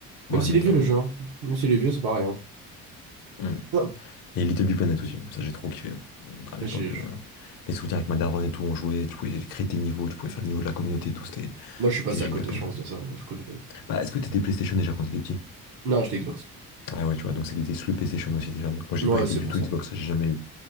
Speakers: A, on the right (about 70°); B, on the left (about 50°).
A: même
B: ouais,
A: s'il
B: notamment.
A: est vieux le jeu,
B: ouais.
A: hein. Même s'il est vieux, c'est pareil. Hein.
B: Hmm.
A: Non.
B: Et Little Big Planet aussi, ça j'ai trop kiffé. À l'époque,
A: J'ai-
B: euh,
A: je-
B: les souvenirs avec ma daronne et tout, on jouait, tu pouvais créer tes niveaux, tu pouvais faire les niveaux de la communauté et tout, c'était
A: Moi, je suis
B: c'était
A: passé
B: génial
A: à côté,
B: comme
A: je pense,
B: jeu.
A: de ça. Moi, je connais pas du tout.
B: Bah, est-ce que t'étais PlayStation déjà quand t'étais petit?
A: Non, j'étais Xbox.
B: Ah ouais, tu vois, donc c'était des exclus PlayStation aussi déjà. Donc moi j'ai
A: Ouais,
B: pas été
A: c'est
B: du
A: pour
B: tout
A: ça.
B: Xbox, j'ai jamais eu.